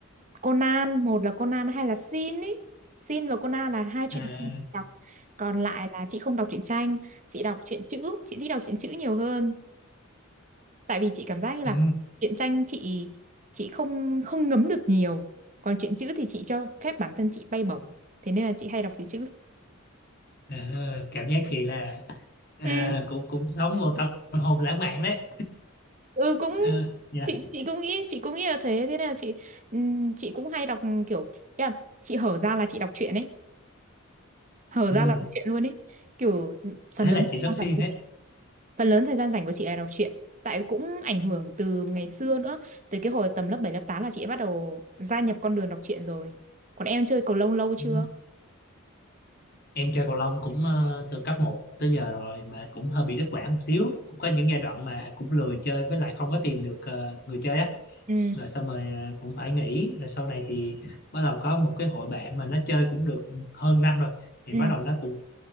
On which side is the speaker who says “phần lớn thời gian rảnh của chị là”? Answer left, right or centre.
Right